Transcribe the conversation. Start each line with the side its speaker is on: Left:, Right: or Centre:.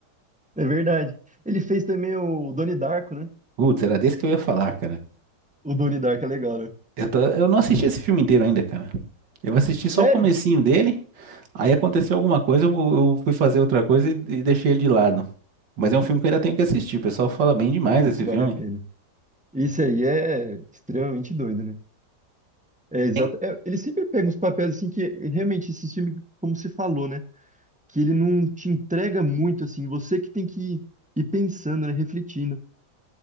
Centre: É verdade. Ele fez também o Donnie Darko, né?
Right: Putz, era desse que eu ia falar, cara.
Centre: O Donnie Darko é legal, né?
Right: Eu tô- eu não assisti esse filme inteiro ainda, cara. Eu assisti
Centre: Sério?
Right: só o comecinho dele, aí aconteceu alguma coisa, eu, eu fui fazer outra coisa e, e deixei ele de lado. Mas é um filme que eu ainda tenho que assistir. O pessoal fala bem demais
Centre: Putz,
Right: desse
Centre: vale
Right: filme.
Centre: a pena. Isso aí é extremamente doido, né? É exato.
Right: Sim.
Centre: é, ele sempre pega uns papéis assim que realmente esse filme, como você falou, né? Que ele não te entrega muito assim. Você que tem que ir, ir pensando, né? Refletindo.